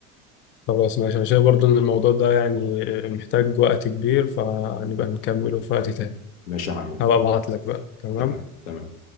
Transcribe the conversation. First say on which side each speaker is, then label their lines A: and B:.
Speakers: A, on the left (about 30°); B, on the left (about 80°).
A: خلاص ماشي انا شايف برضو ان الموضوع ده يعني محتاج وقت كبير فنبقى نكمله في وقت تاني
B: ماشي يا عمي
A: هبقى ابعت لك بقى تمام
B: تمام تمام